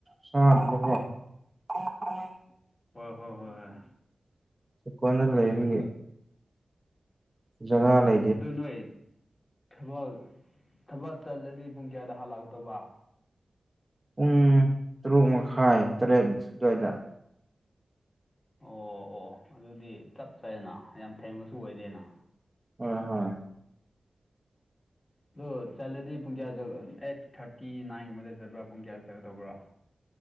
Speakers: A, on the right (about 15°); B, on the left (about 35°).
A: ꯆꯥꯗꯕꯀꯣ <unintelligible>
B: ꯍꯣꯏ ꯍꯣꯏ ꯍꯣꯏ ꯍꯣꯏ
A: ꯑꯩ ꯀꯣꯟꯅ ꯂꯩꯔꯤꯌꯦ꯫ ꯖꯒ ꯂꯩ
B: ꯑꯗꯨ ꯅꯣꯏ ꯊꯕꯛ ꯊꯕꯛ ꯆꯠꯂꯗꯤ ꯄꯨꯡ ꯀꯌꯥꯗ ꯍꯜꯂꯛ ꯇꯧꯕ꯫
A: ꯄꯨꯡ ꯇꯔꯨꯛ ꯃꯈꯥꯏ ꯇꯔꯦꯠ ꯁꯨꯋꯥꯏꯗ꯫
B: ꯑꯣ ꯑꯣ ꯑꯗꯨꯗꯤ ꯆꯞ ꯆꯥꯩꯅ ꯌꯥꯝ ꯊꯦꯡꯕꯁꯨ ꯑꯣꯏꯗꯦꯅ
A: ꯑꯣ ꯍꯣꯏ
B: ꯑꯗꯣ ꯆꯠꯂꯔꯗꯤ ꯄꯨꯡ ꯀꯌꯥꯁꯨ ꯑꯦꯠ ꯊ꯭ꯔꯥꯇꯤ ꯅꯥꯏꯟꯒꯨꯝꯕꯗ ꯆꯠꯄ꯭ꯔꯥ ꯄꯨꯡ ꯀꯌꯥ ꯆꯠꯀꯗꯧꯕꯔ꯫